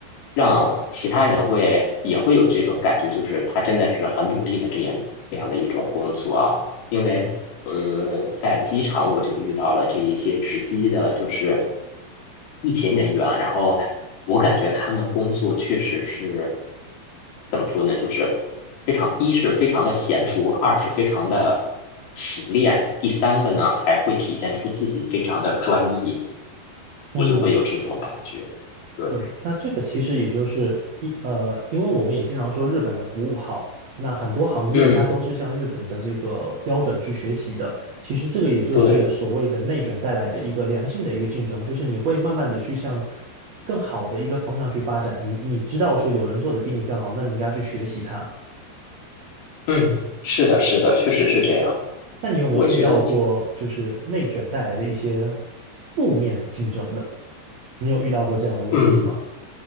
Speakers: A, on the left; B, on the right.
A: 让其他人会也会有这种感觉，就是他真的是很努力的这样这样的一种工作啊。因为嗯，在机场我就遇到了这一些值机的，就是疫情人员，然后我感觉他们工作确实是怎么说呢，就是非常，一是非常的娴熟，二是非常的熟练，第三个呢还会体现出自己非常的专业，
B: 嗯
A: 我就会有这种感觉。对，
B: 对，那这个其实也就是一呃，因为我们也经常说日本的服务好，那很多行业它都是向日本的这个标准去学习的。
A: 嗯，
B: 其实这个也就是所谓的内卷带来的一个良性的一个竞争，
A: 对，
B: 就是你会慢慢的去向更好的一个方向去发展。你你知道说有人做的比你更好，那你应该去学习他。
A: 嗯，是的，是的，确实是这样。
B: 那你有没有遇到过就是内卷带来的一些
A: 我觉得，
B: 负面的竞争的？你有遇到过这样的问题吗？
A: 嗯。